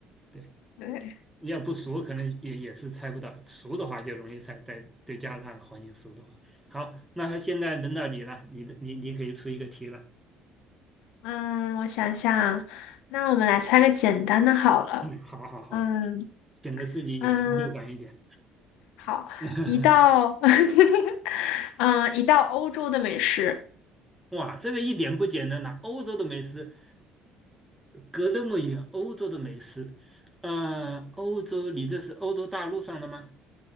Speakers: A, in the centre; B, on the left.
A: 对，
B: 对，
A: 你要不熟，可能也也是猜不到；熟的话就容易猜，在对加拿大的环境熟的话。好，那现在轮到你了，你的你你可以出一个题了。
B: 嗯，我想想啊，那我们来猜个简单的好了。
A: 嗯，好好好，
B: 嗯
A: 显得自己有成就感一点。
B: 嗯，好，
A: <laughs>
B: 一道，<laughs> 嗯，一道欧洲的美食。
A: 哇，这个一点不简单呐、欧洲的美食隔那么远，欧洲的美食，嗯，欧洲，你这是欧洲大陆上的吗？